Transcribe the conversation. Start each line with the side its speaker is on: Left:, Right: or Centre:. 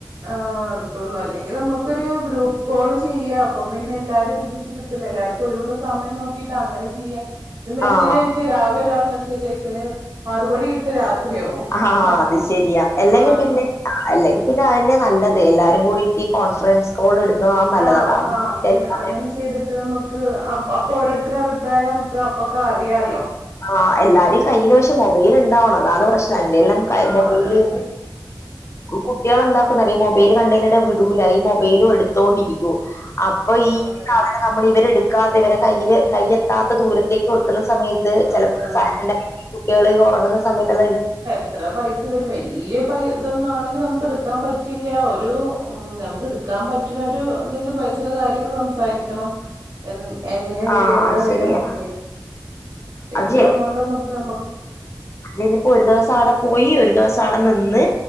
Right: ആ നടക്കൊള്ളൂ അല്ലെങ്കിൽ നമ ക്കൊരു ഗ്രൂപ്പ് കോള് ചെയ്യാ അപ്പ പിന്നെ എല്ലാരും ഒരുമിച്ച് കിട്ടുല്ലെ എല്ലാവർക്കും ഒഴിവുള്ള സമയം നോ കിട്ട് അങ്ങനെ ചെയ്യാ ഇത് മെസ്സേജ്
Left: ആ
Right: അയച്ചാ രാവിലെ ഒരാള് മെസ്സേജ് അയക്കും അയിന് മറുപടി രാത്രിയാവും
Left: ആഹ്
Right: അപ്പൊ
Left: അത് ശരിയാ അല്ലെങ്കിൽ
Right: ആഹ്
Left: പിന്നെ അല്ലെങ്കിൽ പിന്നെ അതെന്നെ നല്ലത് എല്ലാരും കൂടിട്ട് ഈ കോൺഫറൻസ് കോൾ ഇടുന്നത നല്ലതാ
Right: ആഹ്
Left: അതാകുമ്പോ
Right: അപ്പൊ അങ്ങനെ
Left: എല്ലാവരും
Right: അങ്ങനെ ചെയ്തിട്ട് നമുക്ക് അപ്പൊ ഓരോരുടെ അഭിപ്രായം നമുക്ക് അപ്പൊക്കെ അറിയാലോ
Left: ആഹ് എല്ലാരും കയ്യില് പക്ഷേ മൊബൈൽ ഇണ്ടാവണം അതാണ് പ്രശ്നം അല്ലേൽ നമ്മക് കയ്യിൽ
Right: ആഹ്
Left: മൊബൈൽ
Right: അതാണ്
Left: <inaudible>
Right: പ്രശ്നം
Left: കുട്ടികളെന്താക്കുന്ന അറിയോ മൊബൈൽ കണ്ടെയ്നാ വിടൂലാ ഈ മൊബൈലും എടുത്ത് തോണ്ടി ഇരിക്കും അപ്പൊ
Right: ആഹ്
Left: ഈ
Right: അതാണ്
Left: സാധനം നമ്മള് ഇവര് എടുക്കാതെ ഇവരെ കയ്യില് കയ്യെത്താത്ത ദൂരത്തേക്ക് വെക്കുന്ന സമയത്ത്
Right: വർക്കന്നോ
Left: ചിലപ്പോ <inaudible> കുട്ടികൾ ഉറങ്ങുന്ന സമയത്ത്
Right: ഇത്ര പൈസ വരും വലിയ പൈസാ ഇതൊന്നും ആണെങ്കിൽ നമുക്ക് എടുക്കാൻ പറ്റില്ല ഒരു നമുക്ക് എടുക്കാൻ പറ്റുന്ന ഒരു ഇതിന്റെ പൈസയുടെ കാര്യക്കെ സംസാരിക്കണം എങ്ങനെയാ വരിക
Left: ആഹ്
Right: എന്താ വരികാ
Left: ശരിയാ
Right: എന്നൊക്കെ വലിയ
Left: അത്
Right: എമൗണ്ട് ഒന്നു. ഇപ്പോ നമ്മക്ക്
Left: ഇതിപ്പോ ഒരു ദിവസം അവിടെ പോയി ഒരു ദിവസം അവിടെ നിന്ന്